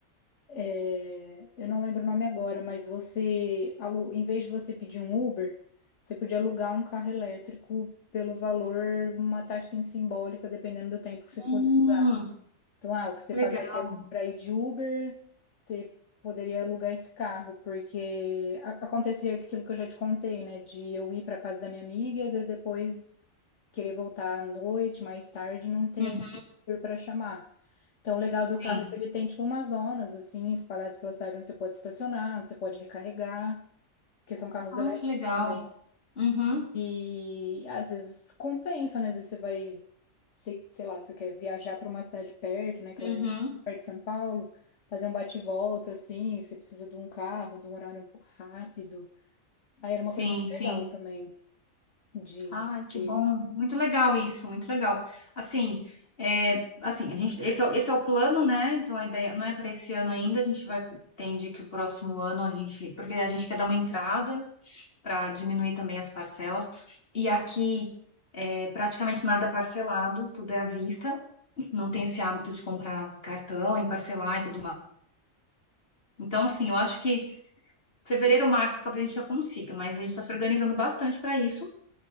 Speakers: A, on the left; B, on the left.
A: é, eu não lembro o nome agora, mas você, alu- em vez de você pedir um Uber, você podia alugar um carro elétrico pelo valor, uma taxa assim, simbólica, dependendo do tempo que você
B: Hum,
A: fosse usar. Então, ah, o que você
B: legal.
A: pagaria para ir de Uber, você poderia alugar esse carro, porque a- acontecia aquilo que eu já te contei, né? De eu ir para casa da minha amiga e às vezes depois querer voltar à noite, mais tarde, não ter
B: Uhum,
A: Uber para chamar. Então, o legal do
B: sim.
A: carro é que ele tem, tipo, umas zonas, assim, espalhadas pela cidade onde você pode estacionar, onde você pode recarregar, porque são carros
B: Ah,
A: elétricos
B: que legal.
A: também.
B: Uhum,
A: E às vezes compensa, né? Às vezes você vai, se- sei lá, você quer viajar para uma cidade perto, né? Que
B: uhum.
A: lá é perto de São Paulo, fazer um bate-volta, assim, você precisa de um carro, de um horário rápido. Aí era
B: Sim,
A: uma coisa muito
B: sim.
A: legal também de...
B: Ah, que
A: de-
B: bom. Muito legal isso, muito legal. Assim, é, assim, a gente, esse é, o- esse é o plano, né? Então a ideia não é para esse ano ainda, a gente vai, entende que o próximo ano a gente, porque a gente quer dar uma entrada para diminuir também as parcelas. E aqui é, praticamente nada é parcelado, tudo é à vista. Não tem esse hábito de comprar cartão e parcelar e tudo mais. Então, assim, eu acho que fevereiro, março, talvez a gente já consiga, mas a gente está se organizando bastante para isso.